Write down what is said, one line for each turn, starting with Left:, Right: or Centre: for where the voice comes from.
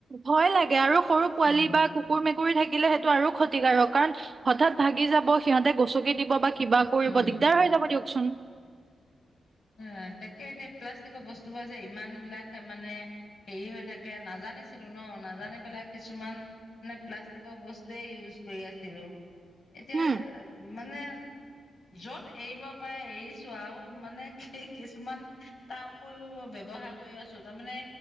Right: ভয় লাগে আৰু সৰু পোৱালি
Left: উম
Right: বা কু কুকুৰ, মেকুৰী থাকিলে সেইটো আৰু ক্ষতিকাৰক। কাৰণ হঠাৎ ভাগি যাব, সিহঁতে গচকি দিব বা কিবা কৰিব
Left: উম
Right: দিগদাৰ হৈ যাব দিয়কচোন।
Left: উম, তাকে এতিয়া প্লাষ্টিকৰ বস্তুবোৰ যে ইমানবিলাক তা মানে হেৰি হৈ থাকে। নাজানিছিলো ন। নাজানি পেলাই কিছুমান মানে প্লাষ্টিকৰ বস্তুৱে ইউজ কৰি আছিলো। এতিয়া
Right: হম
Left: মানে য'ত এৰিব পাৰে এৰিছো, আও মানে এ কিছুমান তাৰ উপৰিও ব্যৱহাৰ কৰি আছো। তাৰমানে